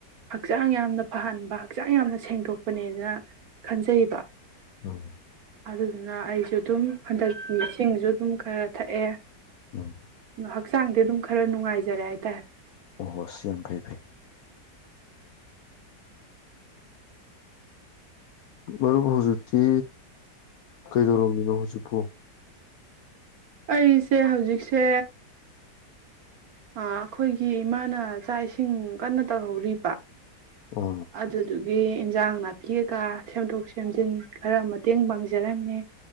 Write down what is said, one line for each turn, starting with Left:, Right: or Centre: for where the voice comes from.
Right: ꯍꯛꯆꯥꯡ ꯌꯥꯝꯅ ꯐꯍꯟꯕ ꯍꯛꯆꯥꯡ ꯌꯥꯝꯅ ꯁꯦꯡꯗꯣꯛꯄꯅꯦꯅ ꯈꯟꯖꯩꯕ
Left: ꯎꯣ
Right: ꯑꯗꯨꯗꯨꯅ ꯑꯩꯁꯨ ꯑꯗꯨꯝ ꯍꯟꯗꯛꯇꯤ ꯏꯁꯤꯡꯁꯨ ꯑꯗꯨꯝ ꯈꯔ ꯊꯛꯑꯦ
Left: ꯎꯝ
Right: ꯑꯥ ꯍꯛꯆꯥꯡꯗꯤ ꯑꯗꯨꯝ ꯈꯔ ꯅꯨꯡꯉꯥꯏꯖꯔꯦ ꯍꯥꯏ ꯀ <inaudible>
Left: ꯑꯣꯍꯣ ꯁꯤ ꯌꯥꯝ ꯐꯩ ꯐꯩ ꯃꯔꯨꯞ ꯍꯧꯖꯤꯛꯇꯤ ꯀꯩꯗꯧꯔꯝꯃꯤꯅꯣ ꯍꯧꯖꯤꯛꯄꯨ
Right: ꯑꯩ ꯁꯦ ꯍꯧꯖꯤꯛꯁꯦ ꯑꯥ ꯑꯩꯈꯣꯏꯒꯤ ꯏꯃꯥꯅ ꯆꯥꯛ ꯏꯁꯤꯡ ꯀꯟꯅ ꯇꯧꯍꯧꯔꯤꯕ
Left: ꯑꯣ
Right: ꯑꯗꯨꯗꯨꯒꯤ ꯑꯒꯤ ꯏꯟꯁꯥꯡ ꯅꯥꯄꯤ ꯀꯩꯀꯥ ꯁꯦꯝꯗꯣꯛ ꯁꯦꯝꯖꯤꯟ ꯈꯔ ꯃꯇꯦꯡ ꯄꯥꯡꯖꯔꯝꯃꯦ